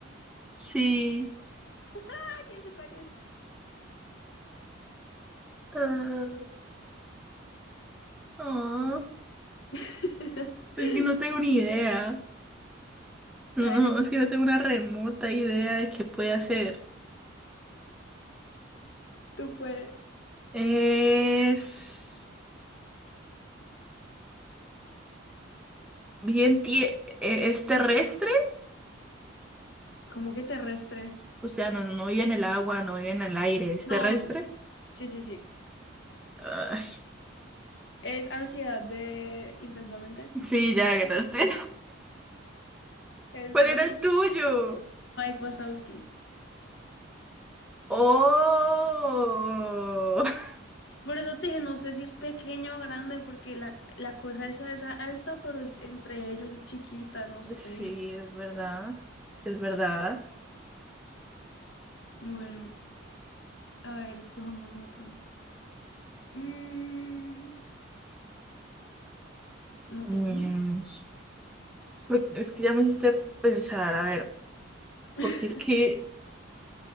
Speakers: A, in the centre; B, on the left.
A: Sí.
B: Ah, ya sé cuál es.
A: Ah, ah,
B: <laughs>
A: es que no tengo ni idea. No,
B: Dale,
A: no, es que no tengo una remota idea de qué puede hacer.
B: tú puedes.
A: Es bien tie- eh, es terrestre,
B: ¿Cómo que terrestre?
A: o sea, no, no vive en el agua, no vive en el aire, es
B: No,
A: terrestre.
B: sí, sí, sí.
A: Ay,
B: Es ansiedad de intensamente.
A: sí, ya ganaste.
B: Eso.
A: ¿Cuál era el tuyo?
B: Mike Wazowski.
A: Oh, <laughs>
B: Por eso te dije, no sé si es pequeño o grande, porque la, la cosa esa es alta, pero es- entre ellos es chiquita, no sé.
A: sí, es verdad, es verdad.
B: Bueno, a ver, escojamos otro. Mm, no
A: Mm,
B: tengo ni.
A: pero Es que ya me hiciste pensar, a ver,
B: <laughs>
A: porque es que